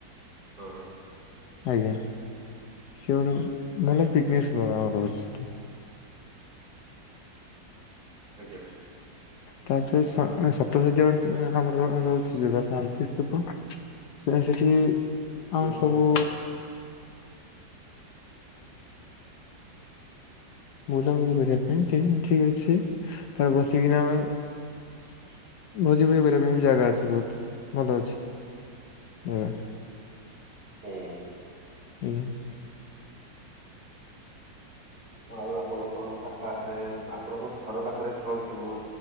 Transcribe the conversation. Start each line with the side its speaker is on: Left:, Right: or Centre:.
Right: ହଁ ହଁ।
Left: ଆଜ୍ଞା ସିଆଡୁ <unintelligible> ମାନେ ପିକନିକ ସ୍ପଟ ରହୁଛି।
Right: ଆଜ୍ଞା।
Left: ତାପରେ ସ-ସପ୍ତଶଯ୍ୟା ଗୋଟେ ଉଁ ଆମର ର-ରହୁଛି ଯଉଟା ଶାନ୍ତି ସ୍ତୂପ। ସେ ସେଠି ଆମର
Right: ହୁଁ ହୁଁ
Left: ସବୁ
Right: ହୁଁ
Left: ବୁଲାବୁଲି କରିବା ପାଇ ଥିନ୍ ଠିକ ଅଛି ତା ବସିିକନା ଆ
Right: <inaudible>
Left: ଭୋଜି ଭୋଜି କରିବା ପାଇଁ ବି ଜାଗା ଅଛି ବହୁତ ଭଲ ଅଛି ଜାଗା।
Right: ହୁଁ।
Left: ଆଜ୍ଞା।
Right: ଆଉ ଆପଣଙ୍କର ପାଖଆଖରେ ଆପଣଙ୍କ ଘର ପାଖରେ କଣ ସବୁ?